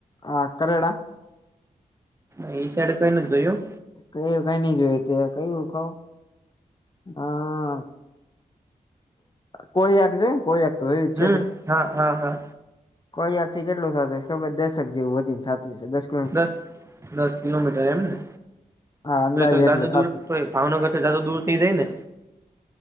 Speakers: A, on the left; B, on the right.
A: આ કરેડા
B: એઈ સાઈડે કઈ નથી જોયુ.
A: કય કઈ નઈ જોય તે કયું ખઉ હા કોઈખ જો કોળખ તો જો
B: હમ
A: ચ્છ.
B: હા હા હા
A: કોઈ યાદ થી કેટલું થતું છે, ખબર દર્શક જેવું વધીને થતું છે દક
B: દસ દસ કિલોમીટર એમને
A: હા અંદાજે
B: તો એ તો
A: એટલું
B: ગાજુ
A: થાતું
B: દૂર તોય ભાવનગર જા દૂર થઇ જાય ને